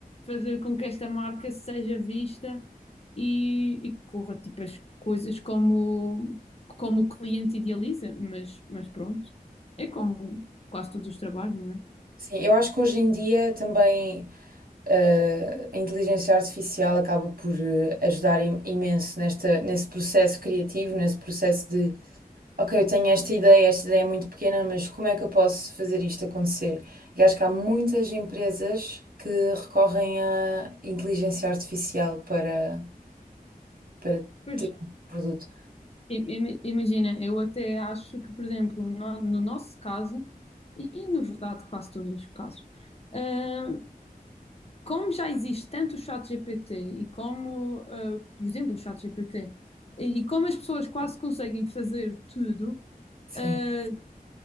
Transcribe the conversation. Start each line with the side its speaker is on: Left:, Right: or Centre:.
Left: fazer com que esta marca seja vista e, e corra tipo as coisas como, como o cliente idealiza, mas, mas pronto, é como quase todos os trabalhos, não é?
Right: Sim, eu acho que hoje em dia também. eh, a inteligência artificial acaba por eh, ajudar im- imenso nesta, nesse processo criativo, nesse processo de, ok, eu tenho esta ideia, esta ideia é muito pequena, mas como é que eu posso fazer isto acontecer? E acho que há muitas empresas que recorrem à inteligência artificial para, para
Left: Pois,
Right: ter um produto.
Left: i- ima- imagina, eu até acho que, por exemplo, no, no nosso caso, e, e na verdade quase todos os casos, ah, como já existe tanto o chat GPT e como, ah, por exemplo, o chat GPT, e, e como as pessoas quase conseguem fazer tudo,
Right: Sim.
Left: hum,